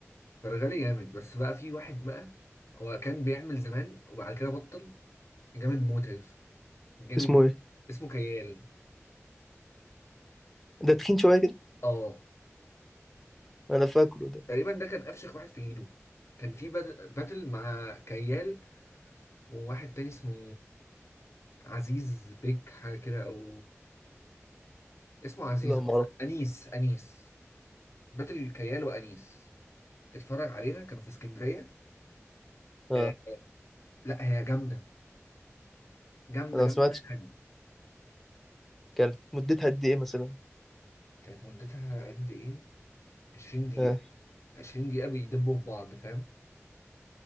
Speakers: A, on the left (about 65°); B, in the centre.
A: فرغلي جامد بس بقى في واحد بقى هو كان بيعمل زمان وبعد كده بطل جامد موت يا يوسف جامد
B: اسمه ايه
A: اسمه كيال
B: ده تخين شويه كده
A: اه
B: انا فاكره ده
A: تقريبا ده كان افشخ واحد في جيله كان في بات- باتل مع كيال وواحد تاني اسمه عزيز بيك حاجه كده او اسمه عزيز
B: لا ما
A: أكتر.
B: اعرف
A: انيس انيس باتل كيال وانيس اتفرج عليها كانوا في اسكندريه
B: اه
A: آه لا هي جامده جامده
B: انا ما
A: جامده
B: سمعتش
A: يعني
B: كانت مدتها قد ايه مثلا
A: كانت مدتها قد ايه 20
B: اه
A: دقيقه 20 دقيقة بيدبوا في بعض فاهم